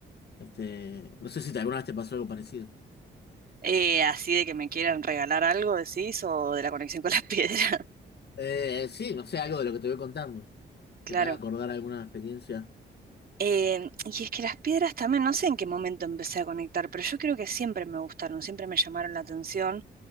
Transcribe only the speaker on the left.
Este, no sé si te- alguna vez te pasó algo parecido.
Eh, sí, no sé, algo de lo que te voy contando,
que te haga acordar alguna experiencia.